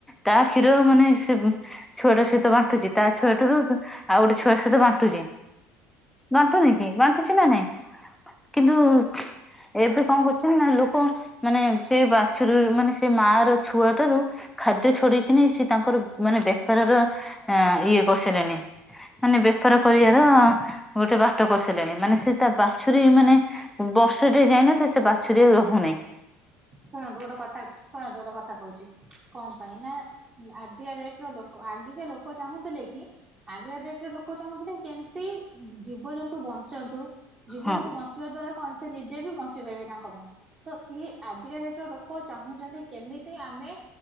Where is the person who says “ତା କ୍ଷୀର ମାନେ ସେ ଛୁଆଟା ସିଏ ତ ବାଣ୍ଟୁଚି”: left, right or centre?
Centre